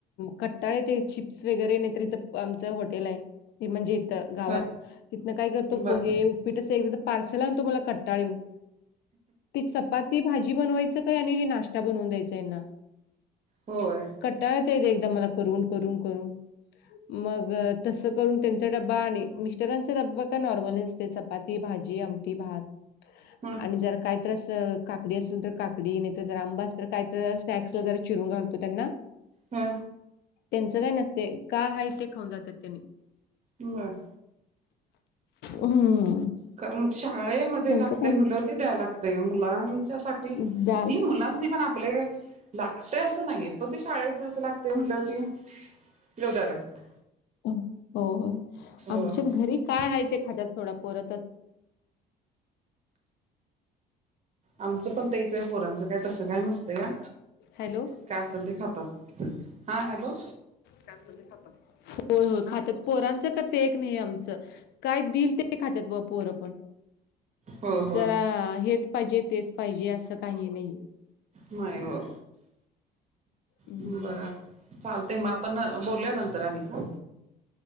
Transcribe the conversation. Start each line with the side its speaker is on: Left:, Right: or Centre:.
Left: कट्टाळ येतय, चिप्स वगैरे. नाहीतर इथं आमचं हॉटेलाय. ते म्हणजे इथं गावात.
Right: ह
Left: तिथनं काय करतो.
Right: बर
Left: पोहे, उपीट अस एकाद पारसल आणतो. मला कट्टाळ येऊन. ती चपाती- भाजी बनवायचं काय. आणि हे नाश्ता बनवून द्यायचा यांना.
Right: होय.
Left: कटाळा येतोय एकदा मला. करून, करून, करून. मग तसं करून, त्यांचा डब्बा. आणि मिस्टरांचा डब्बा का नॉर्मल ते चपाती - भाजी, आमटी - भात.
Right: ह
Left: आणि जरा काही तर असं, काकडी असेल तर काकडी. नाही तर जर आंबा अस तर काय तर स्नॅक्स वगैरे, चिरून घालतो त्यांना.
Right: हा.
Left: त्यांचं काय नसतय. का हाय ते खाऊन जात्यात त्यांनी.
Right: बर.
Left: हम्म.
Right: कारण शाळेमध्ये
Left: त्यांचं
Right: लागतेय,
Left: काही
Right: म्हटल्याव. ते द्याय लागतय. मुलां साठी.
Left: नाही दाल
Right: ती मुलास्नी पण आपलं लागतय असं नाहीये. पण ते शाळेेत अस लागतेय, म्हटल्यावं ती. घेऊ द्याला लागतय.
Left: हो, हो. आमच्यात
Right: हो
Left: घरी काय हाय ते, खात्यात सोडा. पोरं त
Right: आमचं पण तेचंय. पोरांचं काय, तसं काय नसतंया.
Left: हॅलो
Right: काय असेल ते खातात. हा, हॅलो.
Left: काय असेल ते खातात. हो, हो खात्यात. पोरांचं का ते एक नाही आमचं. काय दिल ते, खात्यात बा पोर पण.
Right: हो हो
Left: जरा हेच पाहिजे. तेच पाहिजे. असं, काही नाही.
Right: होय, हो.
Left: हम्म.
Right: बरं, चालतय मग. आपण बोलुया नंतर आणि हा.